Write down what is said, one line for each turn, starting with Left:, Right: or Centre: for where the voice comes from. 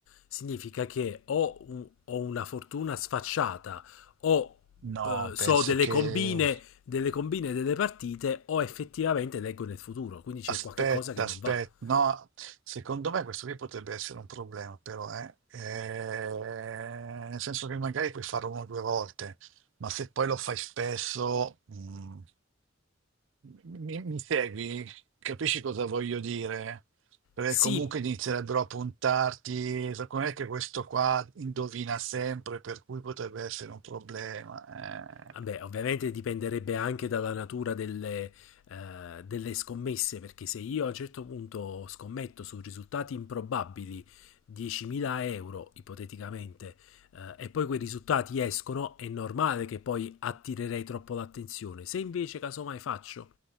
Left: significa che ho, un- ho una fortuna sfacciata, o
Right: No,
Left: eh, so
Right: penso
Left: delle
Right: che...
Left: combine, delle combine delle partite, o effettivamente leggo nel futuro, quindi c'è
Right: Aspetta,
Left: qualche cosa che non
Right: aspetta,
Left: va.
Right: no, secondo me questo qui potrebbe essere un problema, però, eh. Eh, nel senso che magari puoi farlo una o due volte, ma se poi lo fai spesso, mm, mi, mi segui? Capisci cosa voglio dire? Perché
Left: Sì,
Right: comunque inizierebbero a puntarti, secondo me che questo qua indovina sempre, per cui potrebbe essere un problema.
Left: Vabbè,
Right: eh.
Left: ovviamente dipenderebbe anche dalla natura delle, eh, delle scommesse, perché se io a un certo punto scommetto su risultati improbabili 10.000 euro, ipoteticamente, eh, e poi quei risultati escono, è normale che poi attirerei troppo l'attenzione. Se invece casomai faccio,